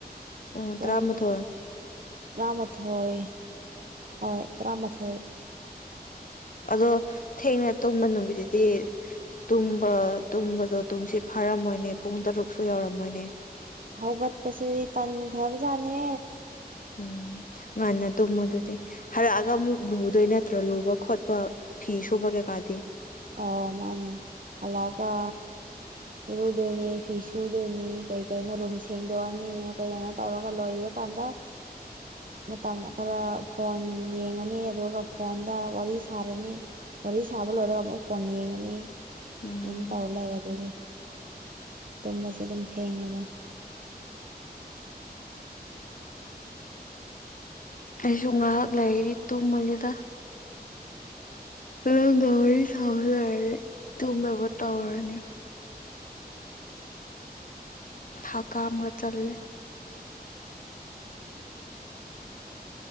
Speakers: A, on the left (about 55°); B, on the right (about 55°).
A: ꯎꯝ
B: ꯄꯨꯡ
A: ꯇꯔꯥꯃꯥꯊꯣꯏ
B: ꯇꯔꯥꯃꯥꯊꯣꯏ ꯍꯣꯏ ꯇꯔꯥꯃꯥꯊꯣꯏ
A: ꯑꯗꯣ ꯊꯦꯡꯅ ꯇꯨꯝꯕ ꯅꯨꯃꯤꯠꯇꯤ ꯇꯨꯝꯕ ꯇꯨꯝꯕꯗꯣ ꯇꯨꯝꯁꯤ ꯐꯥꯔꯝꯃꯣꯏꯅꯦ ꯄꯨꯡ ꯇꯔꯨꯛꯁꯨ ꯌꯥꯎꯔꯝꯃꯣꯏꯅꯦ
B: ꯍꯧꯒꯠꯄꯁꯦ ꯇꯥꯟꯈ꯭ꯔꯕꯖꯥꯠꯅꯦ
A: ꯎꯝ ꯉꯟꯅ ꯇꯨꯝꯃꯨ ꯑꯗꯨꯗꯤ ꯍꯂꯛꯑꯒ ꯑꯃꯨꯛ ꯂꯨꯗꯣꯏ ꯅꯠꯇ꯭ꯔꯣ ꯂꯨꯕ ꯈꯣꯠꯄ ꯐꯤ ꯁꯨꯨꯕ ꯀꯩꯀꯥꯗꯤ
B: ꯑ ꯃꯥꯅꯦ ꯍꯜꯂꯛꯑꯒ ꯏꯔꯨꯗꯣꯏꯅꯤ ꯐꯤ ꯁꯨꯗꯣꯏꯅꯤ ꯀꯩ ꯀꯩꯅꯣ ꯔꯨꯝ ꯁꯦꯡꯗꯣꯛꯑꯅꯤ ꯀꯩ ꯀꯅꯣ ꯇꯧꯔꯒ ꯂꯣꯏꯔ ꯀꯥꯟꯗ ꯃꯇꯝ ꯈꯔ ꯐꯣꯟ ꯌꯦꯡꯉꯅꯤ ꯑꯗꯨꯒ ꯐꯣꯟꯗ ꯋꯥꯔꯤ ꯁꯥꯔꯅꯤ ꯋꯥꯔꯤ ꯁꯥꯕ ꯂꯣꯏꯔꯒ ꯑꯃꯨꯛ ꯐꯣꯟ ꯌꯦꯡꯉꯅꯤ
A: ꯎꯝ
B: ꯂꯣꯏ ꯇꯧꯔ ꯂꯩꯔꯦ ꯑꯗꯨꯒꯤ ꯇꯨꯝꯕꯁꯦ ꯑꯗꯨꯝ ꯊꯦꯡꯉꯦꯕ
A: ꯑꯩꯁꯨ ꯉꯥꯏꯍꯥꯛ ꯂꯩ ꯇꯨꯝꯃꯅꯤꯗ ꯅꯪꯒ ꯋꯥꯔꯤ ꯁꯥ ꯂꯣꯏꯔꯗꯤ ꯇꯨꯝꯅꯕ ꯇꯧꯔꯅꯤ ꯍꯀꯥꯝꯒ ꯆꯜꯂꯦ